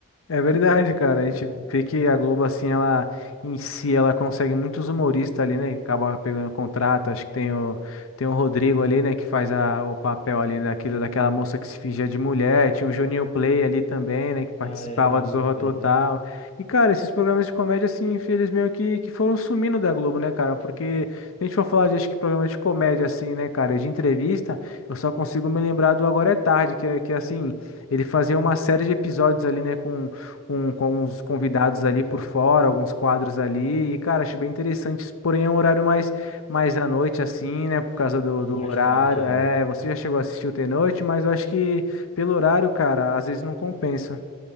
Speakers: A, on the left (about 70°); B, on the left (about 30°).
A: É verdade, cara. A gente vê que a Globo, assim, ela em si, ela consegue muitos humoristas ali, né? Acaba pegando contrato. Acho que tem o, tem o Rodrigo ali, né? Que faz a, o papel ali daquilo, daquela moça que se fingia de mulher. Tinha o Juninho Play ali também, né? Que participava
B: Ah, é, Union
A: do Zorra
B: Play,
A: Total.
B: né?
A: E, cara, esses programas de comédia, assim, eles meio que, que foram sumindo da Globo, né, cara? Porque se a gente for falar de, acho que, programas de comédia, assim, né, cara? De entrevista, eu só consigo me lembrar do Agora é Tarde, que, é- que é, assim, ele fazia uma série de episódios ali, né? Com com, com os convidados ali por fora, alguns quadros ali. E, cara, achei bem interessante, porém é um horário mais, mais à noite, assim, né? Por causa do,
B: Mais
A: do horário.
B: tarde, é.
A: É, você já chegou a assistir o T-Noite, mas eu acho que pelo horário, cara, às vezes não compensa.